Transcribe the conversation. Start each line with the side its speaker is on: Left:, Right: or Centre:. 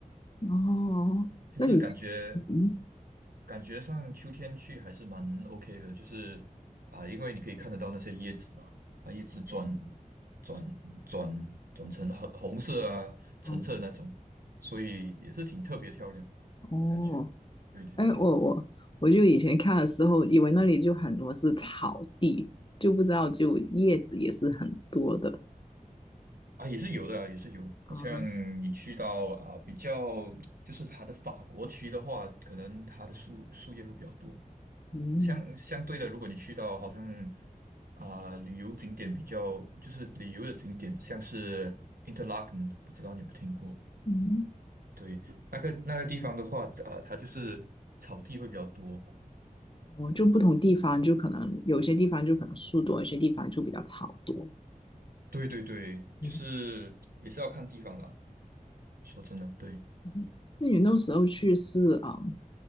Left: 哦，
Right: 其实感觉
Left: 那你是嗯，
Right: 感觉上秋天去还是蛮 OK 的，就是啊，因为你可以看得到那些叶子嘛，它叶子转转转转成红红色啊、橙色那种，
Left: 哦
Right: 所以也是挺特别漂亮，
Left: 哦，
Right: 我感觉。对对对。
Left: 哎，我我我就以前看的时候，以为那里就很多是草地，就不知道就叶子也是很多的
Right: 啊，也是有的啊，也是有。
Left: 啊，
Right: 好像你去到啊，比较就是它的法国区的话，可能它的树树叶会比较多。
Left: 嗯
Right: 相相对的，如果你去到好像啊、旅游景点比较，就是旅游的景点，像是 Interlaken，不知道你有没有听过？
Left: 嗯，
Right: 对，那个那个地方的话，啊、它就是草地会比较多。
Left: 哦，就不同地方就可能有些地方就可能树多，有些地方就比较草多，
Right: 对对对，
Left: 嗯。
Right: 就是也是要看地方啦。说真的，对。
Left: <laughs> 那你那时候去是啊、嗯